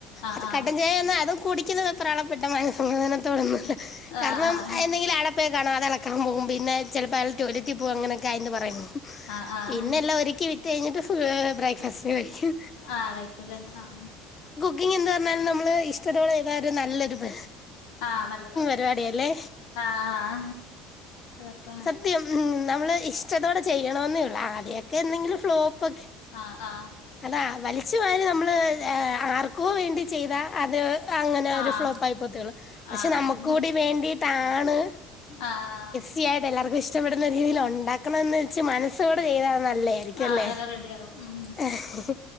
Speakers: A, on the left (about 80°); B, on the left (about 20°).
A: ആഹ്
B: അത്
A: ആഹ്
B: കട്ടൻ ചായ എന്നാ അതും കുടി നിക്കുന്നത് <unintelligible> മനസമാധാനത്തോടൊന്നുല്ല കാരണം
A: ആഹ് ആഹ്
B: <unintelligible> പ്പെ കാണാ അതെളക്കാൻ പോവും പിന്നെ ചെലപ്പോ അയാൾ ടോയലറ്റിൽപോവും അങ്ങനെ <unintelligible>
A: ആഹ് ആഹ്
B: പിന്നെല്ലാം ഒരിക്കി വിറ്റ് കഴിഞ്ഞിട്ട് ഫു ബ്രേക്ക്ഫാസ്റ്റ് കഴിക്കും
A: ആഹ് കഴിക്കൂലേ ആഹ്
B: <unintelligible> എന്ന് പറഞ്ഞാല് നമ്മള് ഇഷ്ടത്തോടെ ചെയ്താരു നല്ലൊരു ഇത്.
A: ആഹ് മതി മ
B: പരിപാടിയല്ലേ
A: ആഹ് രസാണ്
B: സത്യം ഉം നമ്മള് ഇഷ്ടത്തോടെ ചെയ്യണോന്നേ ഒള്ളൂ ആ ഇയാക്കെന്തെങ്കിലും ഫ്ലോപ്പക്കെ
A: ആഹ്ആഹ്
B: അതാ വലിച്ചു വാരി നമ്മള് ആർക്കോ വേണ്ടി ചെയ്താ അത് അങ്ങനെ ഒരു
A: ആഹ്
B: ഫ്ലോപ്പ് ആയിപ്പോവത്തെ ഒള്ളു പക്ഷെ
A: ആഹ് അതന്നെ
B: നമുക്ക് കൂടി വേ എന്തിട്ടാണ്‌
A: ആഹ് ആ
B: <unintelligible> എല്ലാർക്കും ഇഷ്ടപ്പെടുന്ന രീതിൽ ഉണ്ടാക്കണം വെച്ച് മനസ്സുടെ ചെയ്താണ് നല്ലേ ക്കല്ലേ
A: ആഹ് എല്ലാം റെഡിയാവും ഉം
B: ഏ ആഹ്